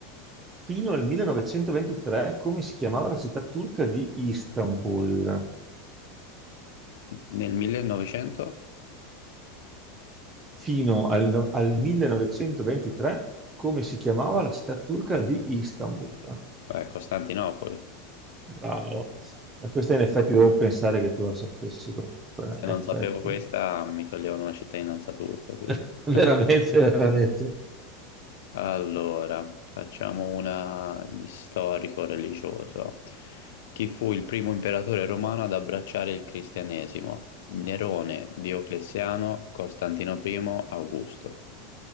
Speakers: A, on the right; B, on the left.
A: Fino al 1923, come si chiamava la città turca di Istanbul?
B: nel 1900?
A: Fino al, no- al 1923, come si chiamava la città turca di Istanbul?
B: Eh, Costantinopoli.
A: Bravo. Ma Questa in effetti devo pensare che tu la sapessi comunque,
B: Se
A: eh, in
B: non
A: effetti.
B: sapevo questa, mi toglievano una cittadinanza turca, tipo.
A: <laughs> Veramente,
B: <laughs>
A: veramente.
B: Allora, facciamo una di storico-religioso. Chi fu il primo imperatore romano ad abbracciare il cristianesimo? Nerone, Diocleziano, Costantino I, Augusto.